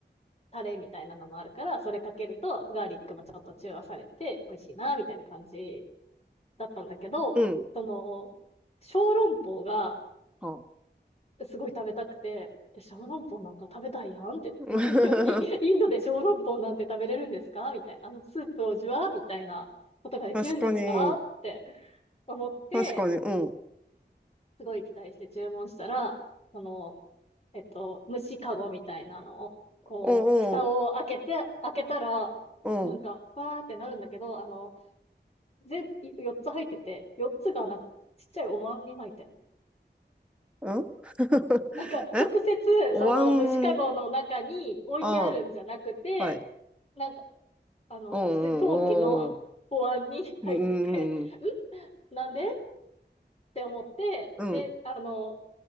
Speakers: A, on the left; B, in the centre.
A: タレみたいなのもあるから、それかけるとガーリックもちょっと中和されて美味しいな、みたいな感じだったんだけど、
B: うん。
A: その、小籠包が
B: あ。
A: すごい食べたくて、え小籠包なんか食べたいやんって、
B: <laughs>
A: <laughs> なんで、イインドで小籠包なんて食べれるんですかみたいな、あのスープをジュワーみたいなことができるんですかって
B: 確かに。
A: 思って、
B: 確かに。うん。
A: すごい期待して注文したら、その、えっと、虫かごみたいなのを、こう、
B: うんうん。
A: 蓋を開けて、開けたら、
B: うん。
A: なんか、わーってなるんだけど、あの、全、4つ入ってて、4つがなんか、ちっちゃいお椀に入ってんの。
B: うん <laughs>
A: なんか、
B: えお椀。
A: 直接、その虫かごの中に置いてあるんじゃなくて、
B: ああ、はい。
A: なんか、あの、
B: お
A: 普通に陶器の
B: うんお
A: <laughs> に入ってて、
B: うんうん。うん
A: んなんでって思って、
B: うんうん。
A: で、あの、